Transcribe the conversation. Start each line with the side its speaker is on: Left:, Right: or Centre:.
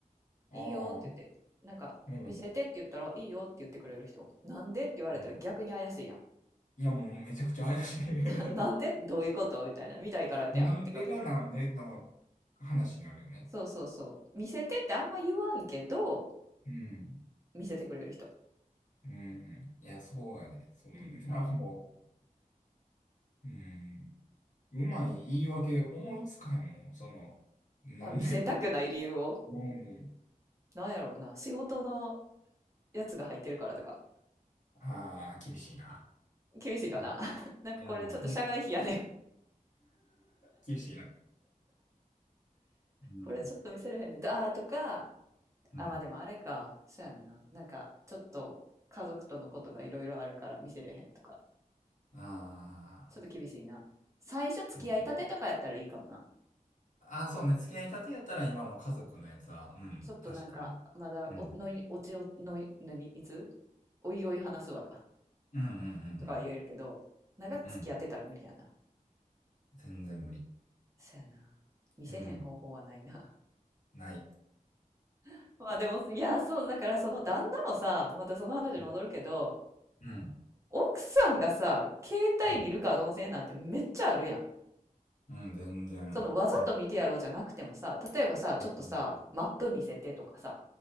Left: ああ。
Right: いいよって言って、なんか、
Left: うん。
Right: 見せてって言ったら、いいよって言ってくれる人。なんでって言われたら逆に怪しいやん。
Left: うん。いや、もうめちゃくちゃ怪しい
Right: <laughs> なんでどういうことみたいな。
Left: <laughs>
Right: 見たいからやんってことや。
Left: なんでがなんでの話になるよね。
Right: そうそうそう。見せてってあんま言わんけど、
Left: うん。
Right: 見せてくれる人。
Left: うん。いや、そうやで。そんな、
Right: うんうん。
Left: もう、うん。うまい言い訳思いつかへんもん。その、なんで。
Right: あ、見せたくない理由を。
Left: うん。
Right: なんやろうな。仕事のやつが入ってるからとか。
Left: ああ、厳しいな。
Right: 厳しいかな。
Left: あ、
Right: <laughs> なんかこれちょっと社外費やねん。
Left: いや、もう、ほん <laughs> 厳しいな。うん。
Right: これちょっと見せれへんねん。あーとか、
Left: うん。
Right: あ、まあでもあれか。
Left: あ
Right: そうやんな。なんかちょっと家族とのことがいろいろあるから見せれへんとか。
Left: あ、
Right: ちょっと厳しいな。最初付き合いたてとかやったらいいかもな。
Left: 厳しいな。ああ、そうね。付き合いたてやったら今の家族のやつは、うん、
Right: ちょっとなんか、
Left: 確かに。
Right: まだお、
Left: うん。
Right: のい、おちお、のい、何いつおいおい話すわか。
Left: うんうん
Right: とかは言えるけど、長く付き合ってたら無理やな。
Left: うんうん。うん。全然無理。
Right: そやな。見せへん方法はないな。
Left: うん。ない。
Right: <laughs> まあでも、いや、そう、だからその旦那もさ、またその話に戻るけど、
Left: うん。うん。
Right: 奥さんがさ、携帯見るかどうせなんてめっちゃあるやん。
Left: うん。うん全然。
Right: そのわざと見てやろうじゃなくてもさ、
Left: うん。
Right: 例えばさ、ちょっとさ、
Left: うん。
Right: マップ見せてとかさ、